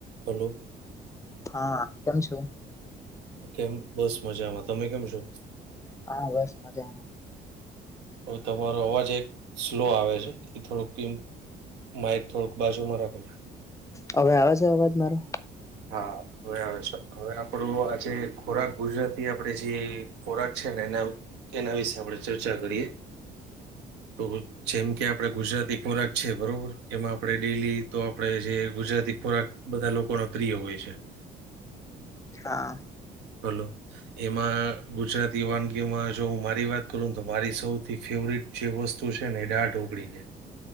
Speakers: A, on the right; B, on the left.
A: હલો
B: હા કેમ છો
A: કેમ બસ મજામાં તમે કેમ છો
B: હા બસ મજામાં
A: હવે તમારો અવાજ એક સ્લો આવે છે એ થોડુંક કી માઇક થોડુંક બાજુમાં રાખો
B: હવે આવે છે અવાજ મારો
A: હા હવે આવે છે હવે આપણો આજે ખોરાક ગુજરાતી આપણેે જે ખોરાક છે ને એના એના વિશે આપણેે ચર્ચા કરીએ તો જેમ કે આપણેે ગુજરાતી ખોરાક છે બરોબર એમાં આપણે ડેલી તો આપણે જે ગુજરાતી ખોરાક બધા લોકો નો પ્રિય હોય છે
B: હા
A: હલો એમાં ગુજરાતી વાનગીઓમાં જો હું મારી વાત કરુંને તો મારી સૌથી ફેવરિટ જે વસ્તુ છે ને એ દાળ ઢોકળી છે